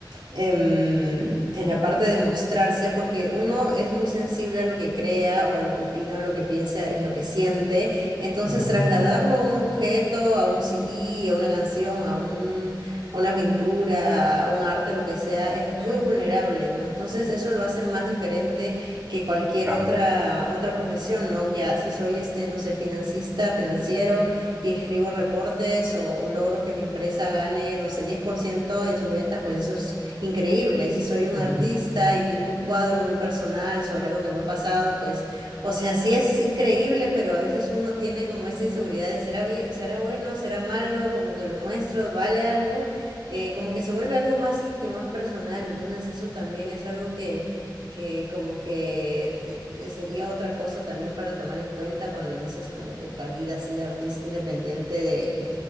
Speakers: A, on the right (about 75°); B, on the right (about 25°).
A: em, en la parte de mostrarse, porque uno es muy sensible a lo que crea o a lo que opina, o lo que piensa y lo que siente. Entonces,
B: ujú.
A: trasladarlo a un objeto, a un CD, a una canción, a un, a una pintura, a un arte, lo que sea, es muy vulnerable, ¿no? Entonces, eso lo hace más diferente que cualquier
B: Chao.
A: otra, otra profesión, ¿no? Ya si soy este, no sé, financista, financiero y escribo reportes o logro que mi empresa gane, no sé, 10% de sus ventas, pues eso es increíble. Si soy un artista
B: Ujú,
A: y pinto un cuadro muy personal sobre algo que me ha pasado, pues, o sea, sí es increíble, pero a veces uno tiene como esa inseguridad de será bien, será bueno, será malo, como que lo muestro, vale algo, eh, como que se vuelve algo más íntimo, más personal. Entonces eso también es algo que que como que eh, eh, sería otra cosa también para tomar en cuenta cuando inicias como que tu vida así de artista independiente de